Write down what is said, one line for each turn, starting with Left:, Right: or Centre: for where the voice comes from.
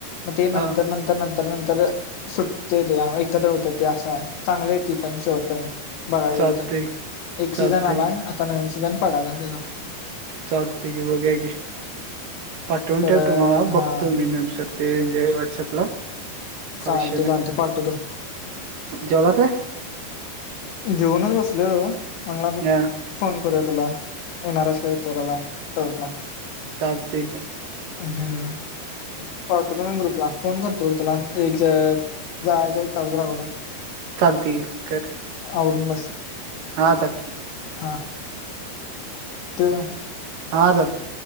Left: मग ते नंतर
Right: हा
Left: नंतर नंतर नंतर सुटतय ते एकत्र होते ते असा आहे. चांगले आहे ती पण शेवटपर्यंत बघायला
Right: चालतय
Left: गेलो तर, एक
Right: चालतय
Left: सीझन आलाय आता नवीन सीझन पडलाय त्याचा.
Right: चालतय की बघूया की पाठवून
Left: परत
Right: ठेव तु मला
Left: हा
Right: बघतो मी नंतर ते जे आहे व्हॉट्सअपला. काय
Left: चालतय
Right: विषय नाही
Left: चालतय पाठवतो.
Right: जेवला काय
Left: जेऊनच बसलेलो मग म्हणला तर
Right: हा,
Left: फोन करूया तुला, येणार आहेस काय विचारायला टर्फला.
Right: कार्तिक
Left: हम् पाठवतो मी ग्रुपला फोन करतो तुला एक जायच्या एक तास भर अगोदर.
Right: चालतंय की कर.
Left: आवरून बस.
Right: हा चालतय.
Left: हा. ठेऊ काय?
Right: हा चालतय.